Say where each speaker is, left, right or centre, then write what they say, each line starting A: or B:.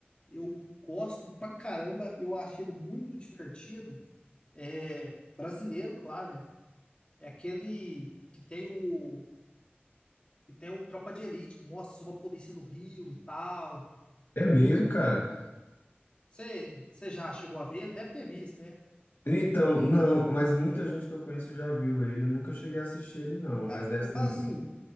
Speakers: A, on the left (about 25°); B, on the left (about 60°).
A: eu gosto pra caramba, eu achei ele muito divertido, é brasileiro, claro, né? É aquele que tem o que tem o Tropa de Elite, que mostra sobre a polícia no Rio e tal.
B: É mesmo, cara?
A: Você você já chegou a ver? Ele deve ter visto, né?
B: Então, não, mas muita gente que eu conheço já viu ele. Eu nunca cheguei a assistir ele, não. Mas
A: Cara,
B: deve
A: eu
B: ser
A: falo
B: muito.
A: assim,